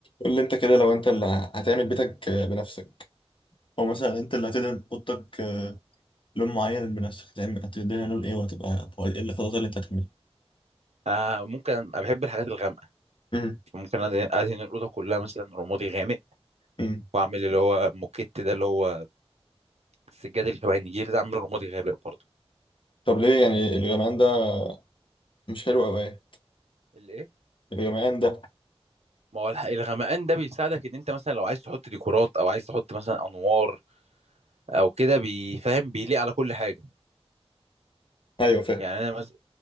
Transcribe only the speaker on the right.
آه ممكن انا بحب الحاجات الغامقه
ممكن أد- ادهن الاوضه كلها مثلا رمادي غامق
واعمل اللي هو موكيت ده اللي هو السجاد اللي شبه النجيل ده اعمله رمادي غامق برضه
الايه
ما هو الح- الغمقان ده بيساعدك ان انت مثلا لو عايز تحط ديكورات او عايز تحط مثلا انوار او كده بيفهم بيليق على كل حاجه
يعني انا مثلا